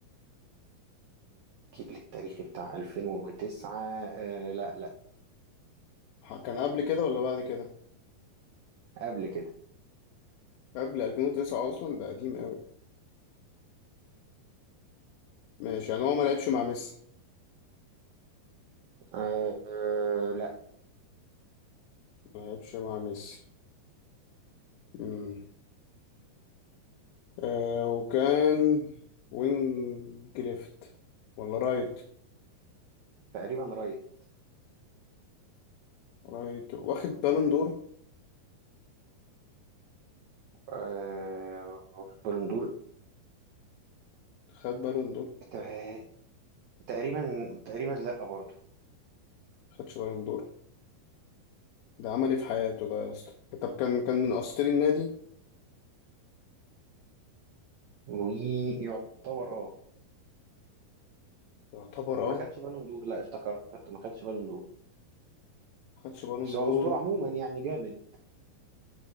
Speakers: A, on the right; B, on the left.
A: كيل التاريخي بتاع 2009 آه لا لا
B: ح- كان قبل كده ولا بعد كده
A: قبل كده
B: قبل 2009 اصلا ده قديم قوي ماشي يعني هو ما لعبش مع ميسي
A: آه آه، لا
B: ما لعبش مع ميسي امم آه وكان وينج ليفت ولا رايت
A: تقريبا رايت
B: رايت واخد بالون دور
A: آه في بالون دور
B: خد بالون دور
A: آه، تقريبا تقريبا لا برضه
B: خدش بالون دور ده عمل ايه في حياته ده يا اسطى طب كان كان من اساطير النادي
A: ويعتبر اه
B: يعتبر اه
A: ما خدش بالون دور لا افتكرت ما خدش بالون دور
B: خدش بالون
A: بس هو
B: دور
A: اسطوره عموما يعني جامد